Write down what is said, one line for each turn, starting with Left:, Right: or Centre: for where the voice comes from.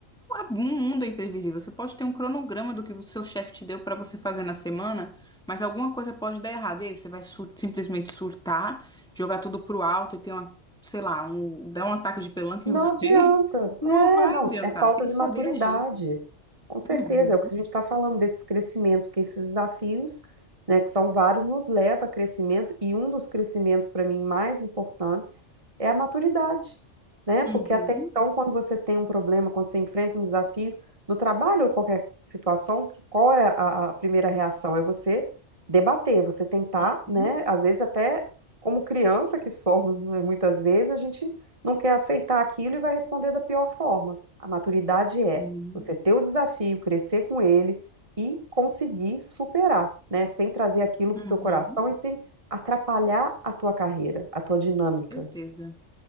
Centre: O mundo é imprevisível. Você pode ter um cronograma do que o seu chefe te deu para você fazer na semana, mas alguma coisa pode dar errado. E aí você vai sur- simplesmente surtar, jogar tudo pro alto e ter uma, sei lá, um, dar um ataque de pelanca
Right: Não
Centre: em você.
Right: adianta.
Centre: <laughs> Não
Right: É,
Centre: vai
Right: não,
Centre: adiantar.
Right: é falta
Centre: Tem que
Right: de
Centre: saber
Right: maturidade.
Centre: agir.
Right: Com certeza,
Centre: Uhum,
Right: é o que a gente está falando desses crescimentos, porque esses desafios, né, que são vários, nos leva a crescimento, e um dos crescimentos, para mim, mais importantes é a maturidade, né? Porque
Centre: uhum,
Right: até então, quando você tem um problema, quando você enfrenta um desafio, no trabalho ou qualquer situação, que, qual é a, a primeira reação? É você debater, você tentar,
Centre: uhum,
Right: né? Às vezes até como criança que somos, né, muitas vezes, a gente não quer aceitar aquilo e vai responder da pior forma. A maturidade é
Centre: uhum,
Right: você ter o desafio, crescer com ele e conseguir superar, né? Sem trazer aquilo
Centre: uhum.
Right: para o teu coração e sem atrapalhar a tua carreira, a tua dinâmica.
Centre: certeza.